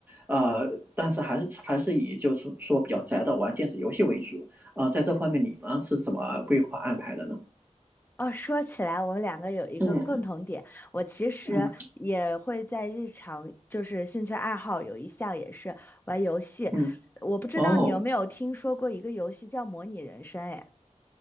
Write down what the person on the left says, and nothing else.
哦，说起来，我们两个有一个共同点，
我其实也会在日常就是兴趣爱好有一项也是玩游戏，
我不知道你有没有听说过一个游戏叫模拟人生，
哎，